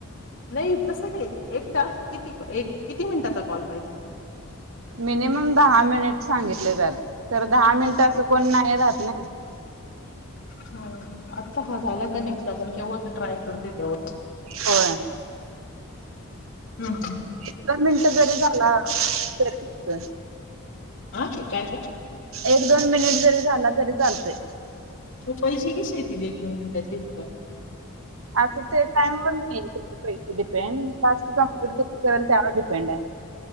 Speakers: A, on the left (about 55°); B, on the right (about 65°).
A: नाही तस नाही एक टास्क किती किती मिनिटाचा कॉल पाहिजे
B: मिनिमम दहा मिनिट सांगितले त्यात. खरं दहा मिनिट असं कोण नाही राहत नई.
A: हा आता हा झाला कनेक्ट आपण केव्हाच ट्राय करतो तेव्हाच.
B: होय.
A: हम्म
B: <unintelligible> मिनट जरी झाला तरी <inaudible>
A: हा काय ते?
B: एक दोन मिनिट जरी झाला तरी चालतय.
A: मग पैसे कसे येतील एक दोन मिनिटाच्या हिशोबाने
B: असं ते टाइमवर नाही ते पैसे डिपेंड टास्क कमप्लीट करल त्यावर डिपेंड आहे.